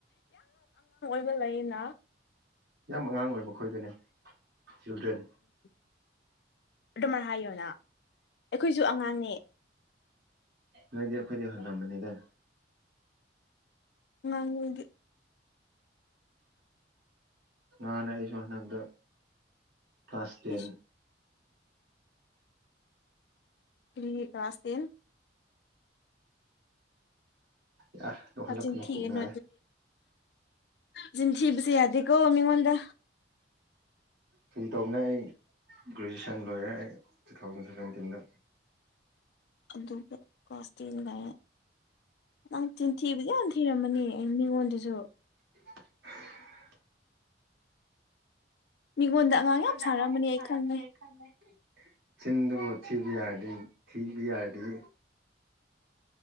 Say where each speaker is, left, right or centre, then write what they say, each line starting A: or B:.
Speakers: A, on the left; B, on the right.
A: ꯂꯩꯌꯦꯅꯥ
B: ꯌꯥꯝ ꯑꯉꯥꯡ ꯑꯣꯏꯕ ꯈꯣꯏꯗꯨꯅꯦ ꯆꯤꯜꯗ꯭ꯔꯦꯟ
A: <inaudible> ꯑꯗꯨꯃꯥꯏꯅ ꯍꯥꯏꯌꯣꯅ ꯑꯩꯈꯣꯏꯁꯨ ꯑꯉꯥꯡꯅꯦ
B: ꯅꯣꯏꯗꯤ ꯑꯩꯈꯣꯏꯗꯤ ꯍꯜꯂꯝꯕꯅꯤꯗ
A: ꯉꯥꯡꯉ ꯑꯣꯏꯒꯤ
B: ꯉ ꯅꯁꯨꯁ ꯅꯗ ꯀ꯭ꯂꯥꯁ ꯇꯦꯟ
A: ꯏꯁ ꯀꯔꯤꯒꯤ ꯀ꯭ꯂꯥꯁ ꯇꯦꯟ
B: ꯌꯥ ꯂꯣꯛꯍꯜꯂꯛꯄꯅꯤ
A: ꯆꯤꯟꯊꯤꯒꯅꯨ
B: ꯄꯨꯛꯅꯤꯡꯔꯦ
A: ꯁꯤ ꯊꯤꯕꯁꯤ ꯌꯥꯗ ꯀꯣ ꯃꯤꯉꯣꯟꯗ
B: ꯁꯤ ꯇꯧꯕꯅꯦ ꯑꯩ ꯒ꯭ꯔꯦꯖꯨꯑꯌꯦꯁꯟ ꯂꯣꯏꯔꯦ ꯑꯩ ꯇꯨ ꯊꯥꯎꯖꯟ ꯁꯚꯦꯟꯇꯤꯟꯗ
A: ꯑꯗꯨ ꯀꯁꯇꯤꯗ ꯅꯪ ꯆꯤꯟꯊꯤꯕꯨꯗꯤ ꯌꯥꯝ ꯊꯤꯔꯝꯃꯅꯤ ꯑꯩ ꯃꯤꯉꯣꯟꯗꯨꯁꯨ
B: ꯍ
A: ꯃꯤꯉꯣꯟꯗ ꯑꯉꯥꯡ
B: <unintelligible>
A: ꯌꯥꯝ ꯁꯥꯔꯛꯑꯝꯕꯅꯤ ꯑꯩ ꯈꯪꯉꯦ
B: ꯆꯤꯟꯗꯨꯕꯨ ꯁꯤꯕꯤ ꯑꯔꯗꯤ ꯊꯤ ꯕꯤ ꯑꯔꯗꯤ